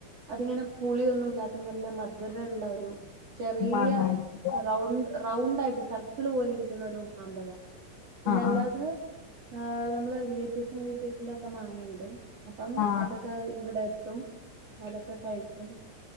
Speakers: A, on the right; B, on the left.
A: അതിങ്ങനെ പുളിയൊന്നുല്ലാത്ത നല്ല മധുരയള്ള ഒരു ചെറിയ
B: വാങ്ങായിരിക്കുംല്ലേ
A: റൗണ്ട് റൗണ്ട് ആായിട്ട് സർക്കിള് പോലെ ഇരിക്കുന്ന ഒരു മാമ്പഴ പിന്നെ
B: ആഹ്
A: അല്ലാതെ
B: ആഹ്
A: നമ്മളെ റിലേറ്റീവ്സിന്റെ വീട്ടീ സക്കെ മാങ്ങിയുണ്ട് അപ്പം
B: ആഹ്
A: അതൊക്കെ. ക്കെ ഇവിടെ എത്തും അതൊക്കെ കഴിക്കും.